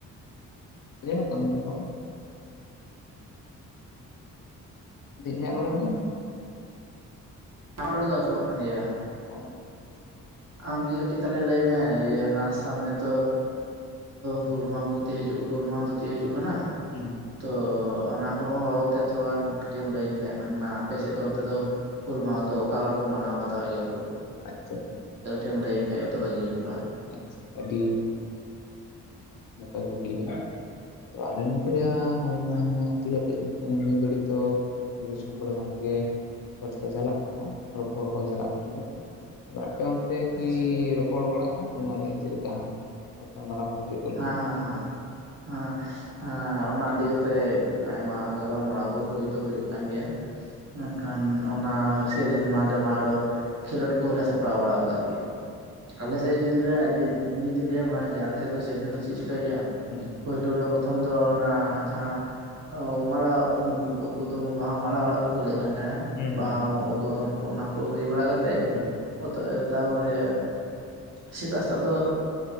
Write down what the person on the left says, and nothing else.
ᱟᱸᱡᱚᱢᱚᱜ ᱠᱟᱱᱟ ᱤᱧᱟᱹᱜ ᱨᱚᱲ ᱢᱮᱱ ᱫᱟᱹᱧ ᱤᱧᱟᱹᱜ ᱨᱚᱲᱮᱢ ᱟᱡᱚᱢ ᱮᱫᱟ
<inaudible>
ᱦᱩᱸ ᱦᱩᱸ
ᱟᱪᱪᱷᱟ
ᱟᱪ ᱟᱹᱰᱤ᱾ ᱱᱟᱯᱟᱭ ᱠᱩᱠᱞᱤ ᱠᱟᱱᱟ, ᱛᱚ ᱟᱞᱮ ᱱᱚᱱᱛᱮ
ᱡᱟ ᱦᱩᱞ ᱢᱟᱦᱟ ᱤᱫᱤ ᱠᱟᱛᱮ ᱱᱤᱭᱟᱹ ᱜᱷᱟᱹᱲᱤᱡ ᱫᱚ ᱟᱹᱛᱩ ᱫᱤᱥᱚᱢ ᱠᱚᱨᱮ ᱵᱷᱟᱜᱮ ᱜᱮ ᱪᱚᱨᱪᱟ ᱪᱟᱞᱟᱜ ᱠᱟᱱᱟ ᱨᱚᱯᱚᱲ ᱠᱚ ᱪᱟᱞᱟᱜ ᱠᱟᱱ ᱜᱮᱭᱟ ᱛᱚ᱾ ᱟᱫᱚ ᱟᱯᱮ ᱚᱱᱛᱮ ᱠᱤ
ᱨᱚᱯᱚᱲ ᱵᱟᱲᱟᱜ ᱠᱟᱱᱟ ᱱᱚᱣᱟ ᱞᱟ. ᱜᱤᱫ ᱪᱮᱫ ᱞᱮᱠᱟ ᱜᱟᱯᱟᱞᱢᱟᱨᱟᱣ ᱠᱚ ᱦᱩᱭᱩᱜ ᱠᱟᱱᱟ᱾
ᱦᱩᱸ᱾
ᱦᱩᱸ ᱦᱩᱸ
ᱦᱩᱸ᱾